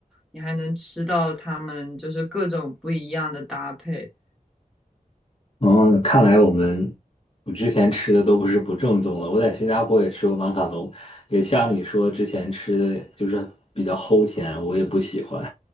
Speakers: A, in the centre; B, on the left.
A: 你还能吃到他们就是各种不一样的搭配。
B: 然哦，看来我们我之前吃的都不是不正宗的。我在新加坡也吃过马卡龙，也像你说之前吃的就是比较齁甜，我也不喜欢。